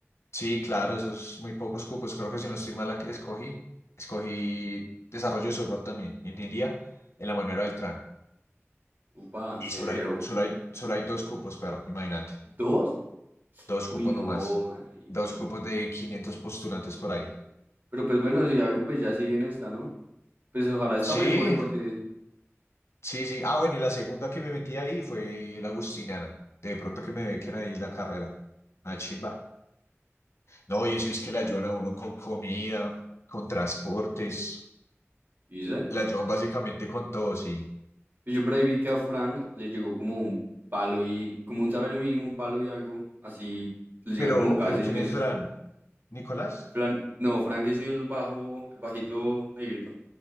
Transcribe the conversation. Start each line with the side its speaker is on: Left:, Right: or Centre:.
Left: Sí, claro, esos muy pocos cupos. Creo que si no estoy mal, la que escogí, escogí desarrollo de software también, ingeniería en la manera del TRAN.
Right: Upa,
Left: Y
Right: severo.
Left: solo hay, solo hay, solo hay dos cupos, pero imagínate.
Right: ¿Dos?
Left: Dos
Right: Uy,
Left: cupos
Right: no,
Left: nomás.
Right: marica.
Left: Dos cupos de 500 postulantes por ahí.
Right: Pero pues bueno, si algo pues ya sigue en esta, ¿no? Pues ojalá esta
Left: Sí,
Right: mejore porque
Left: sí, sí. Ah, bueno, y la segunda que me metí ahí fue la Agustiniana. De pronto que me bequen ahí la carrera. Ah, chimba. No, y eso es que la ayudan a uno con comida, con transportes.
Right: ¿Dice?
Left: La ayudan básicamente con todo, sí.
Right: Pues yo por ahí vi que a Frank le llegó como un palo y como un salario mínimo, un palo y algo. Así le llegan
Left: Pero,
Right: como cada
Left: pero
Right: seis
Left: ¿quién
Right: meses.
Left: es Fran? ¿Nicolás?
Right: Fran- no, Frank es el bajo, el bajito negrito,